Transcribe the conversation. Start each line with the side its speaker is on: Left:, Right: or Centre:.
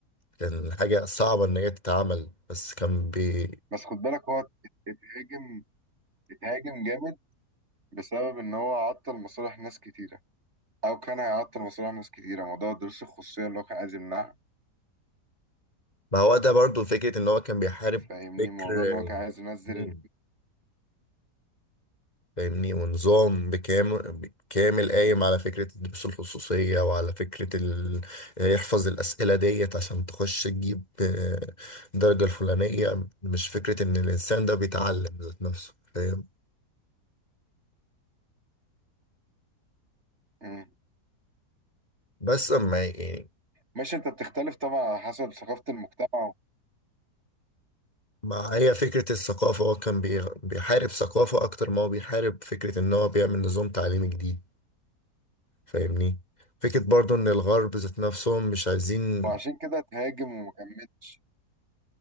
Left: كان حاجة صعبة إن هي تتعمل بس كان بي
Right: بس خد بالك هو اتهاجم اتهاجم جامد بسبب إن هو عطل مصالح ناس كتيرة او كان هيعطل مشروع ناس كتيره موضوع دروس الخصوصيه اللي هو كان عايز يمنعها
Left: ما هو ده برضو فكرة إن هو كان بيحارب
Right: فاهمني
Left: فكر
Right: موضوع ان هو كان عايز ينزل
Left: مين
Right: ال...
Left: فاهمني ونظام بكامل كامل قايم
Right: مم.
Left: على فكرة الدروس الخصوصية وعلى فكرة ال... يحفظ الأسئلة ديت عشان تخش تجيب آه، درجة الفلانية مش فكرة إن الإنسان ده بيتعلم ذات نفسه فاهم
Right: مم.
Left: بس أما يعني
Right: ماشي انت بتختلف طبعا على حسب ثقافه المجتمع
Left: ما هي فكرة الثقافة هو كان بي- بيحارب ثقافة أكتر ما هو بيحارب فكرة إن هو بيعمل نظام تعليمي جديد فاهمني فكرة برضو إن الغرب ذات نفسهم مش عايزين
Right: وعشان كده تهاجم وما كملش